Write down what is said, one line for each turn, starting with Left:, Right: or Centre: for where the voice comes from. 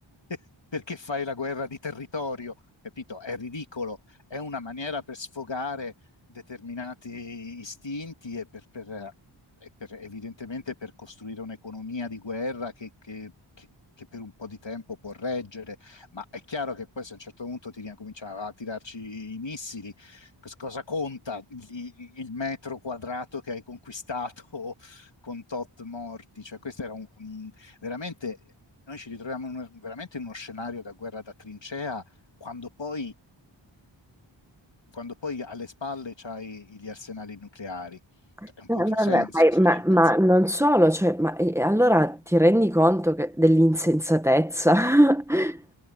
Left: <laughs> perché fai la guerra di territorio? Capito? È ridicolo. È una maniera per sfogare determinati istinti e per, per- e per- evidentemente per costruire un'economia di guerra che, che- che- che per un po' di tempo può reggere, ma è chiaro che poi se a un certo punto ti cominciava a tirarci i missili, cos- cosa conta il, il metro quadrato che hai conquistato con tot morti? Cioè questo era un, un- veramente... Noi ci ritroviamo in uno- veramente in uno scenario da guerra da trincea quando poi, quando poi alle spalle c'hai gli arsenali nucleari,
Centre: Eh,
Left: è un controsenso
Centre: no, vabbè,
Left: se
Centre: ma,
Left: ci pensi.
Centre: ma- ma non solo, cioè, ma, eh, allora ti rendi conto che- dell'insensatezza? <laughs>